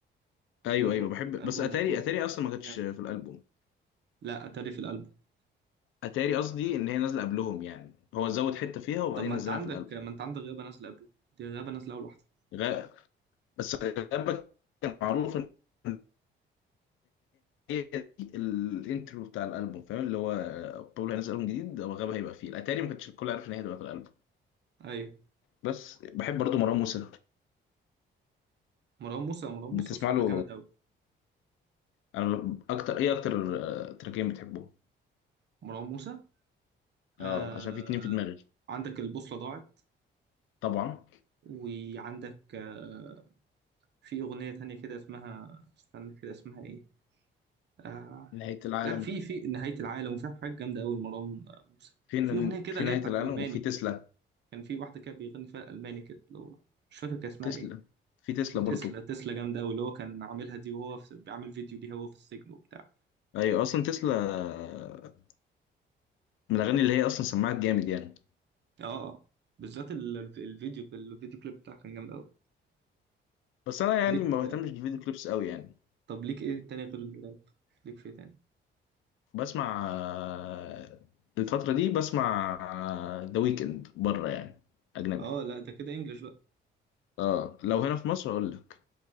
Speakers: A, on the right; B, on the left.
A: والألبوم
B: ايوه ايوه بحب
A: الألبوم
B: بس اتاري
A: ده كله
B: اتاري اصلا ما كانتش
A: جامد
B: في الالبوم
A: لا أتاري في الألبوم
B: اتاري قصدي ان هي نازله قبلهم يعني هو زود حته فيها وبعدين
A: طب ما
B: نزلها
A: انت عندك
B: في الالبوم
A: ما انت عندك غابة نازلة قبله دي غابة نازلة أول واحدة
B: غابه بس غابه كان معروف ان هي دي الانترو بتاع الالبوم فاهم اللي هو بابلو هينزل البوم جديد وغابة هيبقى فيه اتاري ما كانش الكل عارف ان هي هتبقى في الالبوم
A: أيوة
B: بس بحب برضو مروان موسى
A: مروان موسى مروان
B: بتسمع
A: موسى الصراحة
B: له
A: جامد أوي
B: انا اكتر ايه اكتر آه، تراكين بتحبهم
A: مروان موسى آه...
B: اه عشان في اتنين في دماغي
A: عندك البوصلة ضاعت
B: طبعا
A: وعندك آه... في أغنية تانية كده اسمها استنى كده اسمها إيه آه...
B: نهاية العالم
A: لا في في نهاية العالم وفي حاجة جامدة أوي مروان موسى
B: في
A: في أغنية كده
B: في
A: اللي
B: نهاية
A: هي بتاعت
B: العالم
A: ألماني
B: وفي تسلا
A: كان في واحدة كده بيغني فيها ألماني كده اللي هو مش فاكر كان اسمها
B: تسلا
A: إيه
B: في تسلا
A: وتسلا
B: برضو
A: تسلا جامدة أوي اللي هو كان عاملها دي وهو في... بيعمل فيديو ليها وهو في السجن وبتاع
B: ايوه اصلا تسلا آه، من الاغاني اللي هي اصلا سمعت جامد يعني
A: اه بالذات ال- الف- الفيديو الفيديو كليب بتاعه كان جامد قوي
B: بس انا يعني
A: ليك
B: ما بهتمش بالفيديو كليبس قوي يعني
A: طب ليك ايه تاني غير الراب ليك في إيه تاني
B: بسمع آه، الفترة دي بسمع ذا ويكند بره يعني أجنبي
A: اه لا ده كده انجلش بقى
B: اه لو هنا في مصر أقول لك